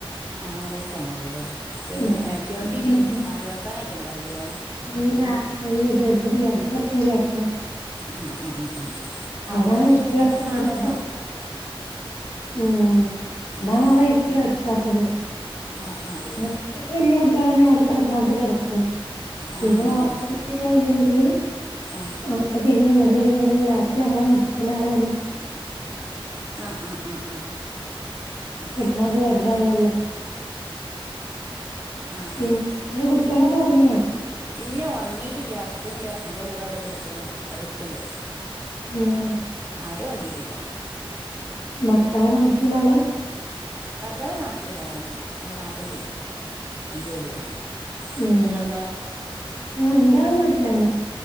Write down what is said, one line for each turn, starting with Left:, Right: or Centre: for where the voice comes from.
Right: ആ നാല് വയസാണള്ളൂല്ലേ ച്ചേ
Left: ആഹ്
Right: ചേർത്തീട്ടില്ലേ
Left: അതാണ്
Right: ചേർത്താനായിട്ട്ണ്ടാവൊള്ളുലെ
Left: ഇല്ല ഇല്ല ചേർത്തിട്ടില്ല അടുത്ത വർഷം ചേർതൊള്ളു
Right: ഉം ഉം ഉം ഉം അടുത്ത
Left: അതാണ്
Right: വർഷത്ത്ങ്ങക്ക്
Left: എട്ട് കണക്കായത്
Right: നാലരാവും
Left: ഉം അതാണാള്
Right: ഉം
Left: വിര്പ്പിൽ കെട്ക്കാത്തത്
Right: ആ ആ
Left: പിന്നെ
Right: ആ
Left: കുറച്ചൊ വല്ല്യ കുട്ട്യാളാണങ്കില് അവിടെ കിടക്കണോട്ത്ത് കിടക്കും
Right: ആ
Left: ഇത്
Right: ആ
Left: ഒർക്കം
Right: ആ
Left: ശെരിയായില്ലെങ്കില്,
Right: ആ
Left: അങ്ങട്ട് തിരിഞ്ഞ് ഇങ്ങട്ട് തിരിഞ്ഞ് പിന്നെ ലാസ്റ്റ് ഞമ്മളെ മേത്തന്നെ വന്ന് കേട്ക്കും
Right: ആഹ് ആഹ് ആഹ് ആഹ ആഹ്
Left: വിരിക്കാണത്തൊക്കെ വെർതവല്ലോ
Right: ആഹ്
Left: മം
Right: ആഹ്
Left: അന്റെ കുട്ട്യാളൊക്കെ ഒർങ്ങ്യ
Right: ഇല്ല ഒറങ്ങിയിട്ടില്ല അസ്ണ്ട് അസിന്റെ കൂടെ അവിടെ കിടക്ക്ണ് ണ്ട് അവിടെ ഇക്ക്ണ്ട്
Left: അലോ
Right: ആരുഒർങ്ങീട്ടില്ല
Left: ഭർത്താവ് നാട്ടിലുള്ള ആളാ
Right: ഭർത്താവ് നാട്ടിലുള്ള ആളാണ് വടെ നാട്ടിൽ ജോലിയാ
Left: ഉം
Right: നിങ്ങൾതോ
Left: ആഹ് ഇന്റാളും നാട്ട്ലെന്നെ